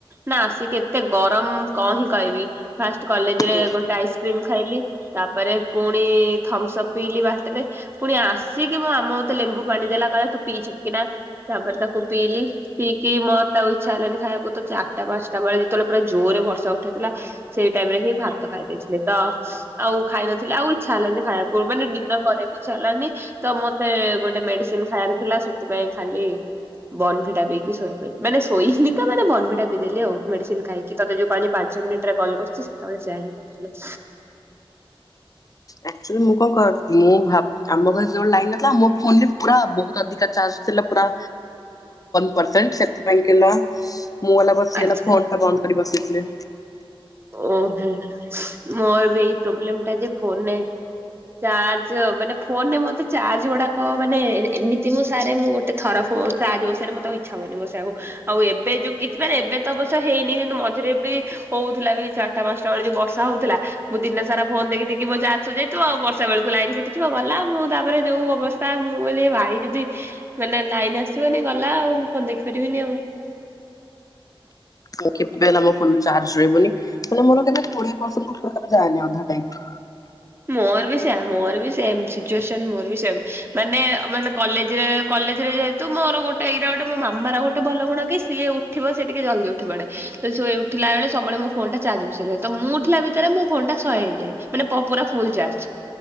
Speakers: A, on the right; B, on the left.
A: ନା ଆସିକି ଏତେ ଗରମ କଅଁ ହିଁ କହିବି ଫାଷ୍ଟ କଲେଜରେ
B: ହୁଁ
A: ଗୋଟେ ଆଇସ୍କ୍ରିମ ଖାଇଲି। ତାପରେ ପୁଣି ଥମ୍ସ ଅପ ପିଇଲି ବାଟରେ ପୁଣି ଆସିକି ମୁଁ ଆମ ତ ଲେମ୍ବୁ ପାଣି ଦେଲା କଇଲା ତୁ ପି ଚୁକି କିନା ତାପରେ ତାକୁୁ ପିଇଲି। ପିଇକି ମତେ ଆଉ ଇଚ୍ଛା ହେଲାାନି ଖାଇବାକୁ ତ ଚାରିଟା ପାଞ୍ଚଟା ବେଳେ ଯେତେବେଳେ ପୁରା ଜୋଏରେ ବର୍ଷା ଉଠାଇଥିଲା। ସେଇ ଟାଇମ ରେ ହିଁ ଭାତ ଖାଇ ଦେଇଥିଲି ତ ଆଉ ଖାଇନଥିଲି ଆଉ ଇଚ୍ଛା ହେଲାନି ଖାଇବାକୁ ମାନେ ଡିନର କରିବାକୁ ଇଛା ହେଲାନି ତ ମତେ ଗୋଟେ ମେଡିସିନ ଖାଇବାର ଥିଲା ସେଥିପାଇଁ ଖାଲି ବନଭିିଟା ପିଇକି ଶୋଇପାଇଲି ମାନେ ଶୋଇନି ତ ମାନେ ବନ ଭିଟା ପିଦେଲି ଆଉ ମେଡିସିନ ଖାଇକି ତତେ ଯଉ କହିଲି ପାଞ୍ଚ ମିନିଟ୍ ରେ କଲ୍ କରୁଛି ସେତେବେଳେ ସେୟା ହିଁ କରୁଥିଲି।
B: ଆକ୍‌ଚ୍ବାଲି ମୁଁ କଣ କର ମୁଁ ଭାବ ଆମ ଘରେ ଲାଇନନଥିଲା ମୋ ଫୋନ ରେ ପୁରା ବହୁତ ଅଧିକା ଚାର୍ଜ ଥିଲା ପୁରା ପରସେଣ୍ଟ ସେଥିପାଇଁ କିିନା ମୁଁ ବସିଗଲା
A: ଆଚ୍ଛା
B: ଫୋନ ଟା ବନ୍ଦ କରି ବସିଥିଲି।
A: ଓହୋ ମୋର ବି ଏଇ ପ୍ରୋବ୍ଲେମ ଟା ଯେ ଫୋନରେ ଚାର୍ଜ ମାନେ ଫୋନରେ ମତେ ଚାର୍ଜ ଉଡାକ ମାନେ ଏମିତି ମୁଁ ସାରେ ମୁଁ ଗ ଏ ଥର ଫୋନ ଚାର୍ଜ ବସେଇଲେ ମତେ ଇଚ୍ଛା ହୁଏନି ବସେଇବାକୁ ଆଉ ଏବେ ଯୋଉ କିଛି ମାନ ଏବେ ତ ଅବଶ୍ୟ ହେଇନି କିନ୍ତୁ ମଝିରେ ବି ହଉ ଥିଲା ଏ ଚାରଟ ପାଞ୍ଚାଟା ବେଳେ ଜଉ ବର୍ଷା ହଉଥିଲା ମୁଁ ଦିନ ସାରା ଫୋନ ଦେଖି ଦେଖି ମୋ ଚାର୍ଜ ସାରି ଯାଇଥିବ ଆଉ ବର୍ଷା ବେଳକୁ ଲାଇନି କ୍ ଗଲା ମୁଁ ତାପରେ ଯୋଉ ଅବସ୍ଥା ମୁଁ କହିଲି ଭାଇ ଯଦି ମାନେ ଲାଇନ ଆସିବନି ଗଲା ଆଉ ମୁଁ ଫୋନ ଦେଖିପାରିବିନି ଆଉ
B: ମୁଁ କେବେ ହେଲା ମୋ ଫୋନ ଚାର୍ଜ ସରିବନି ମାନେ ମୋର କେବେ କୋଡିଏ ପରସେଟ ଉପରକୁ କେବେ ଯାଏନି ଅଧା ଟାଇମ।
A: ମୋର ବି ସେୟା ମୋର ବି ସେମ୍ ସିଚୁଏସନ ମୋର ବି ସେମ ମାନେ ମାନେ କଲେଜରେ କଲେଜରେ ଯେ ତ ମୋରୋ ଗୋଟେ ଏଇଟା ଗୋଟେ ମାମାର ଗୋଟ ଭଲ ଗୁଣ କି ସିଏ ଉଠିବ ସେ ଟିକେ ଜଲଦି ଉଠିବ ବଡେ ତ ସ ସେ ଥିଲାବେଳେ ସବୁବେଳେ ମୋ ଫୋନ୍ନଟା ଚାର୍ଜ ବସେଇ ଦିଏ ତ ମୁଁ ଉଠିଲା ଭିତରେ ମୋ ଫୋନ ଟା ସହେ ହେଇଯାଏ ମାନେ ପୁରା ଫୁଲ୍ ଚାର୍ଜ